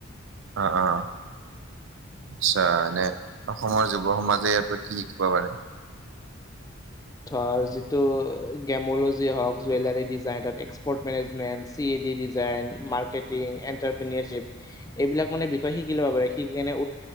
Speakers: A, on the right; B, on the left.
A: অ', 'অ' আচ্ছা এনে অসমৰ যুৱ সমাজে ইয়াৰ পৰা কি শিকিব পাৰে।
B: ধৰ যিটো গেম'লজি হওক জুৱেলাৰী যায়তাপ export management C A D design marketing entrepreneurship এইবিলাক মানে বিষয়ে শিকি ল'ব পাৰে শিকি কিনে